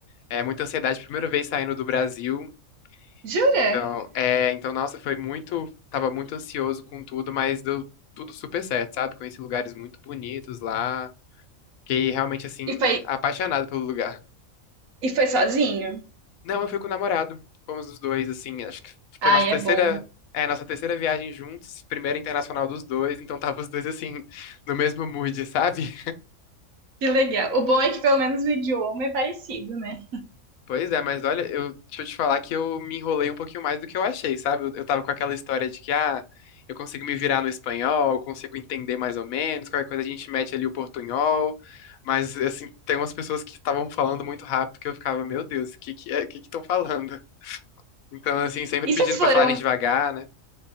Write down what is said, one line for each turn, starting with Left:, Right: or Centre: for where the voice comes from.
Left: é, muita ansiedade, primeira vez saindo do Brasil.
Right: jura?
Left: Então, é, então, nossa, foi muito, tava muito ansioso com tudo, mas deu tudo super certo, sabe? Conheci lugares muito bonitos lá, fiquei realmente, assim,
Right: E foi,
Left: apaixonado pelo lugar.
Right: e foi sozinho?
Left: Não, eu fui com o namorado, fomos os dois, assim, acho que
Right: Ai,
Left: foi a nossa terceira,
Right: é bom.
Left: é, nossa terceira viagem juntos, primeira internacional dos dois, então tava os dois, assim, no mesmo mood, sabe?
Right: Que legal. O bom é que pelo menos o idioma é parecido, né?
Left: Pois é, mas olha, eu, deixa eu te falar que eu me enrolei um pouquinho mais do que eu achei, sabe? Eu, eu tava com aquela história de que, ah, eu consigo me virar no espanhol, consigo entender mais ou menos, qualquer coisa a gente mete ali o portunhol, mas, assim, tem umas pessoas que estavam falando muito rápido que eu ficava, meu Deus, o que que é, o que que estão falando? Então, assim, sempre
Right: E
Left: pedindo
Right: vocês
Left: pra
Right: foram,
Left: falarem devagar, né?